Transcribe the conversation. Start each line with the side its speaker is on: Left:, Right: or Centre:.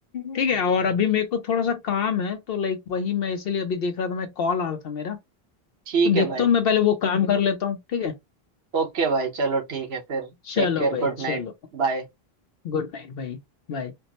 Left: ठीक
Right: हम्म
Left: है और अभी मेरे को थोड़ा सा काम है तो लाइक वही मैं इसीलिए अभी देख रहा था मैं कॉल आ रहा था मेरा
Right: ठीक
Left: तो देखता
Right: है भाई
Left: हूँ मैं पहले वो काम कर लेता हूँ ठीक है
Right: ओके भाई चलो ठीक है फिर
Left: चलो
Right: Take care
Left: भाई
Right: good
Left: चलो
Right: night bye
Left: गुड नाइट भाई बाय